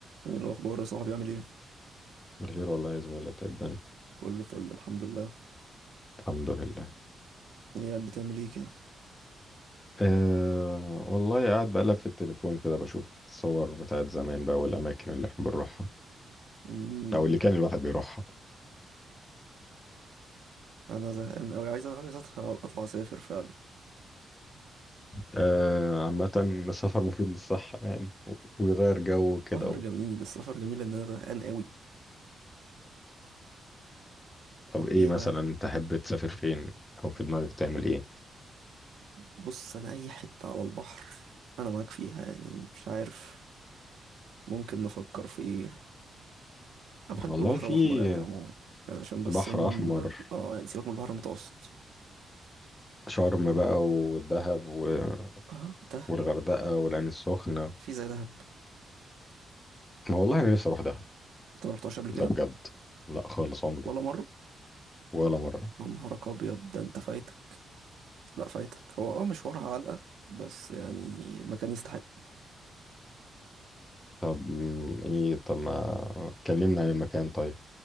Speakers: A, on the right; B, on the left.
A: ايه الاخبار يا صاحبي عامل ايه
B: بخير والله يا زميلي إنت إيه الدنيا
A: كله فل الحمد لله
B: الحمد لله
A: ايه بتعمل ايه كده
B: أه والله قاعد بقلب في التليفون كده بشوف الصور بتاعت زمان بقى والأماكن اللي احنا بنروحها
A: امم
B: أو اللي كان الواحد بيروحها
A: انا زهقان قوي عايز عايز أطلع- اطلع اسافر فعلا
B: أه عامة السفر مفيد للصحة يعني و- ويغير جو كده
A: سفر
B: و...
A: جميل السفر جميل ان انا زهقان قوي
B: طب
A: طب
B: إيه
A: ايه
B: مثلا
A: بقى
B: تحب تسافر فين أو في دماغك تعمل إيه؟
A: بص انا اي حته على البحر انا معاك فيها يعني مش عارف ممكن نفكر في ايه انا بحب
B: والله
A: البحر
B: في
A: الاحمر يعني عموما يعني عشان بس
B: بحر
A: ان...
B: أحمر
A: اه يعني سيبك من البحر المتوسط
B: شرم بقى والدهب و...
A: اه ده
B: والغردقة والعين السخنة
A: في زي دهب
B: ما والله أنا نفسي أروح دهب
A: انت ما رحتهاش قبل
B: ده
A: كده
B: بجد لا خالص عمري
A: ولا مره
B: ولا مرة
A: يا نهارك ابيض ده انت فايتك لا فايتك هو اه مشوارها علقة بس يعني المكان يستحق
B: طب م، ايه طب ما كلمنا عن المكان طيب